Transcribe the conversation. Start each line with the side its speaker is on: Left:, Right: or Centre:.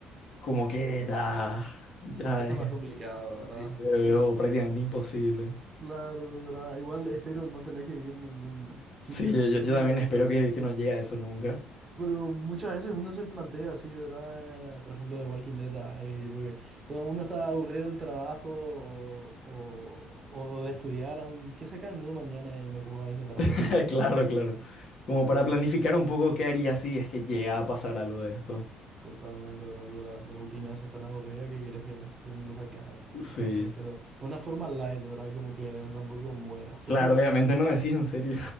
Left: como que ya, ya
Right: Está
Left: es,
Right: más complicado, ¿verdad?
Left: sí, lo veo
Right: Uf,
Left: prácticamente imposible.
Right: Claro, ¿verdad? Igual espero no tener que vivir ningún fin
Left: Sí,
Right: del
Left: yo,
Right: mundo,
Left: yo, yo también espero
Right: ¿verdad?
Left: que, que no llegue a eso nunca.
Right: Pero muchas veces uno se plantea así, ¿verdad? Eh, Por ejemplo, de Walking Dead, ay, tipo que cuando uno está aburrido del trabajo o, o- o de estudiar, am, ¿qué saca el mundo mañana? Y me pongo a intentar sobrevivir,
Left: <laughs> Claro,
Right: ¿verdad?
Left: claro. Como
Right: Sí,
Left: para
Right: sí,
Left: planificar
Right: sí.
Left: un poco qué haría si es que llega a pasar algo de esto.
Right: Totalmente, ¿verdad? Porque la, la rutina es tan aburrida que quieres que el mundo se acabe, ¿verdad?
Left: Sí.
Right: Pero de una forma light, ¿verdad? Como que tampoco mueras.
Left: Claro,
Right: <laughs>
Left: obviamente no decís en serio.